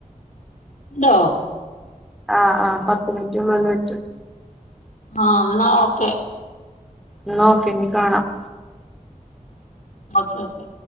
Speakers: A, on the left; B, in the centre.
A: എന്തോ
B: ആഹ ആഹ പത്ത് മിനിറ്റ് ഉളിന് <unintelligible> പറ്റും
A: ആഹ എന്നാ ഓക്കെ
B: എന്നാ ഓക്കേ പിന്നെ കാണാം
A: ഓക്കെ ഓക്കെ